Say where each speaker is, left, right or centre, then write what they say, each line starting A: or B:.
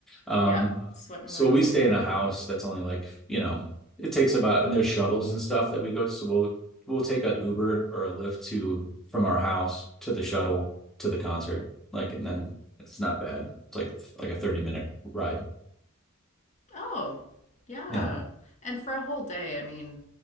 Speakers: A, in the centre; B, on the left.
A: Um,
B: yeah, sweating
A: so
B: while you
A: we
B: sleep.
A: stay in a house that's only like, you know, it takes about, and there's shuttles and stuff that we go to. So we'll, we'll take an Uber or a Lyft to, from our house to the shuttle to the concert. Like, and then it's not bad. It's like, like a 30 minute ride.
B: Oh, yeah.
A: Yeah.
B: And for a whole day, I mean,